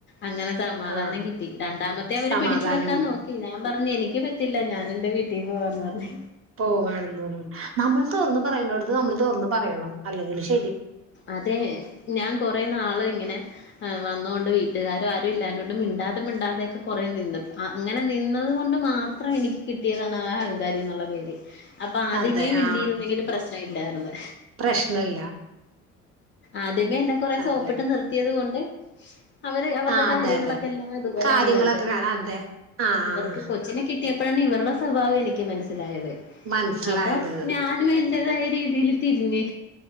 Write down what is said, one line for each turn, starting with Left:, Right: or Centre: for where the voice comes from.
Left: അങ്ങനെ സമാധാനം
Right: ആ
Left: കിട്ടി രണ്ടാമത്തെ അവര്
Right: സമാധാനം
Left: പിടിച്ച് വെക്കാൻ
Right: കിട്ടി
Left: നോക്കി ഞാൻ പറ്ഞ്ഞ് എനിക്ക് പറ്റില്ല ഞാനെന്റെ വീട്ടീ പോവാന്ന് പർഞ്ഞ്
Right: പോകാനണെന്ന് പറ്ഞ്ഞ് നമ്മള് തോർന്ന് പറയണ്ടോട്ത്ത് നമ്മള് തൊർന്ന് പറയണം അല്ലെങ്കിൽ ശരി
Left: അതേ ഞാൻ കൊറേ നാള്ങ്ങനെ ഏ് വന്നോണ്ട് വീട്ട്കാര് ആരും ഇല്ലാഞ്ഞോണ്ട് മിണ്ടാതെ മിണ്ടാതെക്കെ കൊറെ നിന്ന് അങ്ങനെ നിന്നത് കൊണ്ട് മാത് ത്രം എനിക്ക് കിട്ടിയതാണ് ആ അഹങ്കാരിന്നുള്ള പേര് അപ്പാദ്യമേ
Right: അതെ
Left: മിണ്ടിയിരുന്നെങ്കില്
Right: ആ
Left: പ്രെശ്നവില്ലായ്ര്ന്ന്
Right: പ്രശ്നമില്ല
Left: ആദ്യമേ എന്നെ കൊറെ സോപ്പിട്ട്
Right: അതെ
Left: നിർത്തിയത് കൊണ്ട് അവര് അവരുടെ
Right: ആ അതെ
Left: കാര്യങ്ങളക്കെല്ലാം
Right: അതെ
Left: ഇത്പോലെങ്ങ്
Right: കാര്യങ്ങളൊക്കെ
Left: കണ്ട്
Right: കാണാം അതെ ആ
Left: അവർക്ക്
Right: ആ
Left: കൊച് ച്ഛ്നെ കിട്ടിയപ്പഴാണ് ഇവറ്ടെ സ്വഭാവം എനിക്ക് മനസ്സിലായത്
Right: മനസ്സിലായത്
Left: അപ്പൊ ഞാനും എൻ എൻ്റേതായ രീതിയില് തിരിഞ്ഞ്